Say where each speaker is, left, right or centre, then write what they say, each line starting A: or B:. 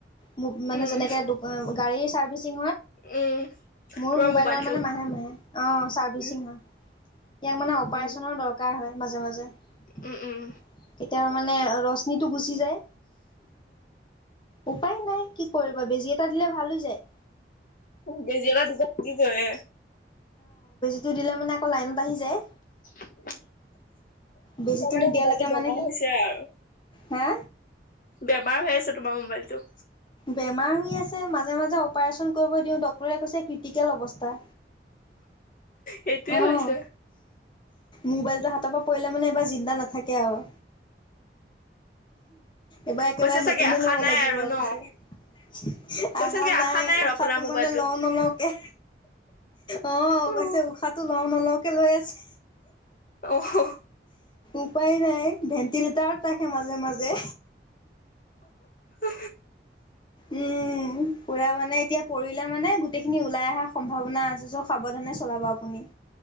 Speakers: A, on the left (about 25°); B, on the left (about 50°).
A: মোক মানে
B: উম,
A: যেনেকে গাড়ী চাৰ্ভিছিং।
B: উম,
A: মোৰো
B: তোমাৰ
A: মোবাইলৰ
B: মোবাইলটো
A: মানে মাহে মাহে অ ছাৰ্ভিচিং
B: উম,
A: হয়। ইয়াক মানে অপাৰেচনৰ
B: উম,
A: দৰকাৰ হয় মাজে মাজে কেতিয়া
B: উম, উম,
A: মানে ৰশ্মিটো গুচি যায়। উপায় নাই কি কৰিবা বেজি এটা দিলে ভাল হৈ যায়।
B: বেজি এটা দিব কি কৰে।
A: টো দিলে মানে আকৌ লাইনত আহি যায়।
B: উ তাৰ
A: বেজীটো
B: মানে
A: নিদিয়ালৈকে
B: মোবাইলটো
A: মানে
B: বেমাৰ হৈছে আৰু।
A: হা
B: বেমাৰ হৈ আছে তোমাৰ মোবাইলটো।
A: বেমাৰ হৈ আছে মাজে মাজে অপাৰেচন কৰিব দিওঁ ডক্টৰে কৈছে ক্ৰিটিকেল অৱস্থা।
B: সেইটোৱে
A: অ'
B: হৈছে।
A: মোবাইলটো হাতৰ পৰা পৰিলে মানে এইবাৰ জিন্দা নাথাকে আৰু। এবাৰ একেবাৰে
B: কৈছে চাগে
A: নতুনে
B: আশা
A: ল'ব
B: নাই
A: লাগিব আৰু
B: ন
A: কৈছে
B: কৈছে
A: আহা
B: চাগে
A: নাই
B: আশা আৰু
A: উশাহটো
B: আপোনাৰ মোবাইলটো।
A: মানে ল নলওঁকে। অ
B: অ',
A: কৈছে উশাহ টো লওঁ নলওকে লৈ আছে।
B: অ',
A: উপায় নাই ভেন্টিলেটাৰত ৰাখে মাজে মাজে
B: উ
A: উম পুৰা মানে এতিয়া পৰিলে মানে গোটেই খিনি ওলাই অহাৰ সম্ভাৱনা আছে সাৱধানে চলাব আপুনি